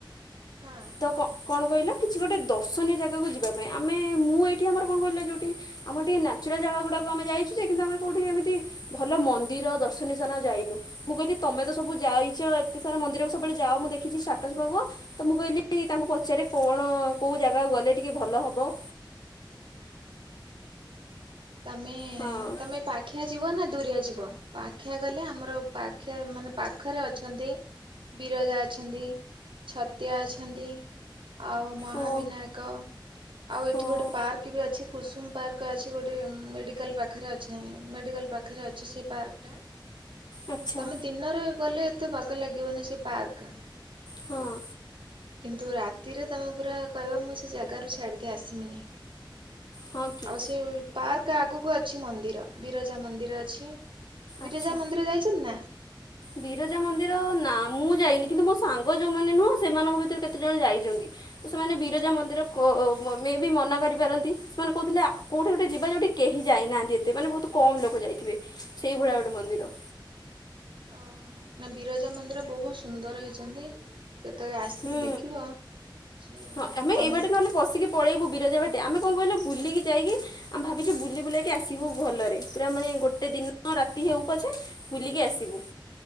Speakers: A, on the right; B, on the left.
A: ହଁ
B: ତ କ କଣ କହିଲ କିଛି ଗୋଟେ ଦର୍ଶନୀୟ ଜାଗାକୁ ଯିବା ପାଇଁ, ଆମେ ମୁଁ ଏଠି ଆମର କଣ କହିଲ ଯୋଉଠି ଆମର ଟିକେ ନ୍ୟାଚୁରାଲ୍ ଜାଗା ଗୁଡାକୁ ଆମେ ଯାଇଚୁ ଯେ, କିନ୍ତୁ ଆମେ କୋଉଠି ଏମିତି ଭଲ ମନ୍ଦିର ଦର୍ଶନୀୟ ସ୍ଥାନ ଯାଇନୁ। ମୁଁ କହିଲି ତମେ ତ ସବୁ ଯାଇଚ, ଏତେ ସାରା ମନ୍ଦିର କୁ ସବୁବେଳେ ଯାଅ ମୁଁ ଦେଖିଚି ଷ୍ଟାଟସ୍ ପକାଅ ତ ମୁଁ କଇଲି କଇଲି ତାଙ୍କୁ ପଚାରେ କଣ କୋଉ ଜାଗାକୁ ଗଲେ ଟିକେ ଭଲ ହବ।
A: ଆମେ
B: ହଁ
A: ତମେପ୍ ପାଖିଆ ଯିବ ନା ଦୁରିଆ ଯିବ, ପାଖିଆ ଗଲେ ଆମର ପାଖିଆ ମାନେ ପାଖରେ ଅଛନ୍ତି। ବିରଜା ଅଛନ୍ତି, ଛତିଆ ଅଛନ୍ତି। ଆଉ ମହାବିନାୟକ,
B: ଓ
A: ଆଉ ଏଠି
B: ହଁ
A: ଗୋଟେ ପାର୍କ ବି ଅଛି, କୁସୁମ୍ ପାର୍କ ଅଛି ଗୋଟ୍ ଟେ ମେଡ଼ିକାଲ୍ ପାଖରେ ଅଛି, ମେଡ଼ିକାଲ୍ ପାଖରେ ଅଛି ସେ ପାର୍କଟା।
B: ଆଚ୍ଛା
A: ତମେ ଦିନରେ ଗଲେ ଏତେ ବାଗଲାଗିବନି ସେ ପାର୍କ।
B: ହଁ।
A: କିନ୍ତୁ ରାତିରେ ତମେ ପୁରା କହିବ ମୁଁ ସେ ଜାଗାରୁ ଛାଡ଼ିକି ଆସିମିନି।
B: ହଁ କି
A: ଆଉ ସିଏ ବି ପାର୍କ ଆଗକୁ ଅଛି ମନ୍ଦିର, ବିରଜା ମନ୍ଦିର ଅଛି, ବିରଜା
B: ଆଚ୍ଛା
A: ମନ୍ଦିର ଯାଇଛନି ନା?
B: ବିରଜା ମନ୍ଦିର ନାଁ ମୁଁ ଯାଇନି, କିନ୍ତୁ ମୋ ସାଙ୍ଗ ଯୋଉମାନେ ନୁହଁ, ସେମାନଙ୍କ ଭିତରୁ କେତେ ଜଣ ଯାଇଚନ୍ତି। ତ ସେମାନେ ବିରଜା ମନ୍ଦିର କୋ, ମେ ବି ମନା କରିପାରନ୍ତି, ସେମାନେ କହୁଥିଲେ ଆ, କୋଉଠି ଗୋଟେ ଯିବା ଯୋଉଠି କି କେହି ଯାଇନାହାନ୍ତି ଏତେ, ମାନେ ବହୁତ୍ କମ୍ ଲୋକ ଯାଇଥିବେ, ସେଇଭଳିଆ ଗୋଟେ ମନ୍ଦିର।
A: ଓହୋ, ନା ବିରଜା ମନ୍ଦିର ବହୁ ସୁନ୍ଦର ହେଇଚନ୍ତି। କେତେବେଳେ ଆସିଲେ
B: ହୁଁ।
A: ଦେଖିବ, ସେ
B: ହଁ ଆମେ
A: ତମକୁ
B: ଏଇ ବାଟେ ନହେଲେ ପଶିକି ପଳେଇବୁ ବିରଜା ଭାଟେ, ଆମେ କଣ କଇଲ ବୁଲିକି ଯାଇକି ଆମେ ଭାବିଚୁ ବୁଲି ବୁଲାକି ଆସିବୁ ଭଲରେ, ପୁରା ମାନେ ଗୋଟେ ଦିନ ରାତି ହଉ ପଛେ ବୁଲିକି ଆସିବୁ।